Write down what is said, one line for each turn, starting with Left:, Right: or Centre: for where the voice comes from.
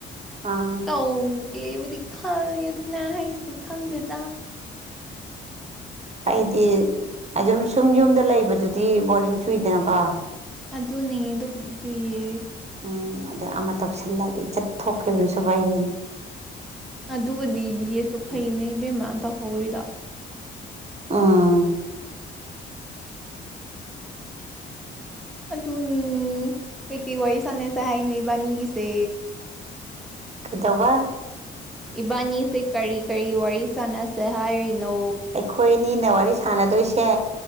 Right: ꯑꯥ
Centre: ꯇꯧ ꯒꯕꯨꯗꯤ ꯈꯪꯅ ꯍꯥꯏ ꯁꯤ ꯈꯪꯗꯦꯗ
Right: ꯑꯩꯗꯤ ꯑꯗꯨꯝ ꯁꯨꯝ ꯌꯨꯝꯗ ꯂꯩꯕꯗꯨꯗꯤ ꯕꯣꯔꯤꯡ ꯆꯨꯏꯗꯅꯀꯣ
Centre: ꯑꯗꯨꯅꯦ ꯑꯗꯨ ꯄꯨꯆꯨꯌꯦ
Right: ꯎꯝ ꯑꯗꯨꯗ ꯑꯃ ꯇꯧꯁꯜꯂꯒꯦ ꯆꯠꯊꯣꯛꯈꯤꯕꯅꯁꯨ ꯐꯚꯩꯌꯦꯅ
Centre: ꯑꯗꯨꯒꯕꯨꯗꯤ ꯕꯤ ꯑꯦꯠꯇꯣ ꯐꯩꯅꯦ ꯏꯕꯦꯝꯃꯅ ꯇꯧꯍꯧꯔꯤꯗꯣ
Right: ꯑꯥ
Centre: ꯑꯗꯨꯅꯤ ꯀꯩꯀꯩ ꯋꯥꯔꯤ ꯁꯥꯟꯅꯩꯁꯦ ꯍꯥꯏꯅꯣꯏ ꯏꯕꯥꯅꯤꯒꯤꯁꯦ
Right: ꯀꯗꯧꯕ
Centre: ꯏꯕꯥꯅꯤꯁꯦ ꯀꯔꯤ ꯀꯔꯤ ꯋꯥꯔꯤ ꯁꯥꯟꯅꯁꯦ ꯍꯥꯏꯔꯤꯅꯣ
Right: ꯑꯩꯈꯣꯏ ꯑꯅꯤꯅ ꯋꯥꯔꯤ ꯁꯥꯟꯅꯗꯣꯏꯁꯦ